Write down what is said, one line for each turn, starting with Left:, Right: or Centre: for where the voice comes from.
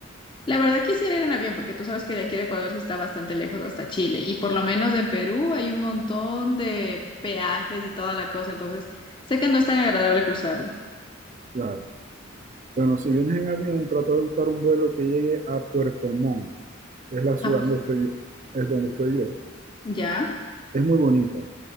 Left: La verdad quisiera ir en avión, porque tú sabes que de aquí de Ecuador sí está bastante lejos hasta Chile. Y por lo menos en Perú hay un montón de peajes y toda la cosa, entonces sé que no es tan agradable cruzarlo.
Right: Claro. Bueno, si vienes en avión, trata de buscar un vuelo que llegue a Puerto Montt. Es la ciudad
Left: Ah,
Right: donde estoy yo, es donde estoy yo.
Left: ¿ya?
Right: Es muy bonita.